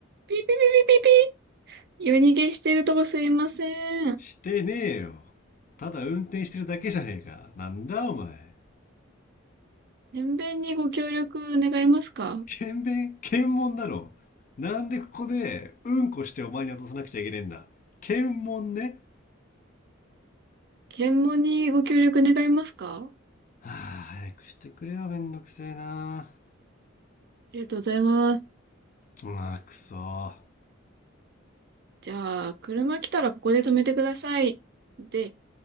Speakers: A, on the right; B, on the left.
A: ピーピーピーピーピーピー。夜逃げしてるとこすいません。
B: してねえよ。ただ運転してるだけじゃねえか。なんだお前。
A: 検便にご協力願いますか
B: 検便検問だろ。なんでここでうんこしてお前に渡さなくちゃいけねえんだ。検問ね。
A: 検問にご協力願いますかあ
B: はあ、早くしてくれよ。めんどくせえな。
A: りがとうございます。
B: うわ、くそ。
A: じゃあ、車来たらここで止めてください。で、